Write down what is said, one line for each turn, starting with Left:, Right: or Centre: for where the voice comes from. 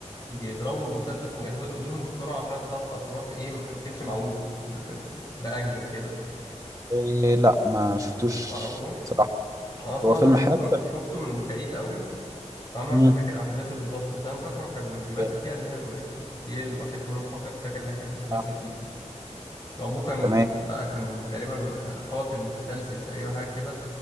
Left: يضربوا المسدس ويهودوا ايديهم بسرعه عشان الطلقه تروح ايه م- تمشي معوج بال- بانجل كده
Right: إيه لا ما شفتوش
Left: ما تعرفوش
Right: صراحة
Left: انا صراحه
Right: هو فيلم
Left: ده انا شفته
Right: حلو
Left: من شفته من بعيد قوي فانا
Right: مم.
Left: مش فاكر احداثه بالظبط بس انا فاكره هو كان بيمثل
Right: إيه،
Left: فيه انجلينا جولي دي الوحيده اللي انا فاكر فاكر انها كانت بتمثل
Right: آه،
Left: فيه ابوه كان
Right: تمام
Left: بقى كان تقريبا قاتل متسلسل تقريبا حاجه كده